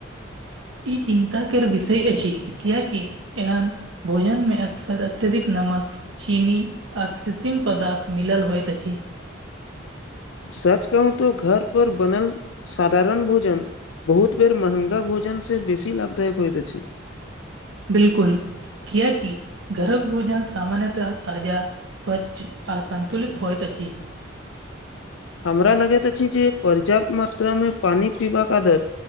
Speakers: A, on the right; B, on the left.
A: ई चिन्ताके विषय अछि, किएक कि एहन भोजनमे अक्सर अत्यधिक नून चीनी आ कृत्रिम पदार्थ मिलल होइत अछि।
B: सच कहू तऽ घर पर बनल साधारण भोजन बहुत बेर महँगा भोजनसँ बेसी लाभदायक होइत अछि।
A: बिल्कूल, किएक कि घरक भोजन सामान्यतः ताजा स्वच्छ आ सन्तुलित होइत अछि।
B: हमरा लगैत अछि जे पर्याप्त मात्रामे पानि पीबाक आदत